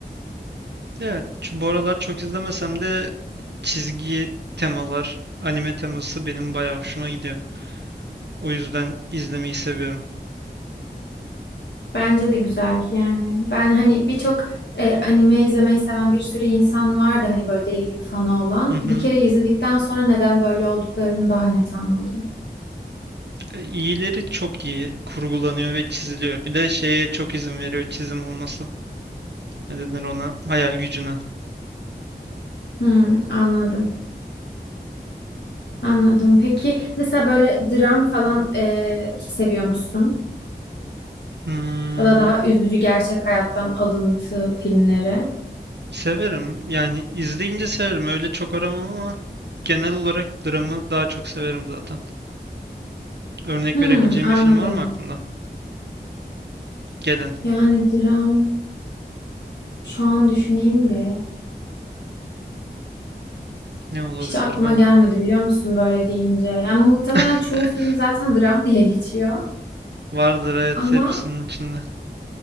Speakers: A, on the right; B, on the left.
A: evet şu- bu aralar çok izlemesem de çizgi temalar, anime teması benim bayağı hoşuma gidiyor. O yüzden izlemeyi seviyorum.
B: Bence de güzel yani. Ben hani birçok e, anime izlemeyi seven bir sürü insan vardı hani böyle deli gibi fanı olan.
A: Hı hı.
B: Bir kere izledikten sonra neden böyle olduklarını daha net anladım.
A: E, İyileri çok iyi kurgulanıyor ve çiziliyor. Bir de şeye çok izin veriyor çizim olması. Ne denir ona? Hayal gücüne.
B: Hmm, anladım. Anladım. Peki mesela böyle dram falan e, seviyor musun?
A: Hmm,
B: Ya da daha üzücü gerçek hayattan alıntı filmleri.
A: severim. Yani izleyince severim. Öyle çok aramam ama genel olarak dramı daha çok severim zaten. Örnek
B: Hmm,
A: verebileceğim
B: anladım.
A: bir film var mı aklında? Gelen.
B: Yani dram şu an düşüneyim bir.
A: Ne olabilir
B: Hiç aklıma
A: ben?
B: gelmedi biliyor musun böyle deyince. Yani muhtemelen
A: <laughs>
B: çoğu film zaten dram diye geçiyor.
A: Vardır evet
B: Ama
A: hepsinin içinde.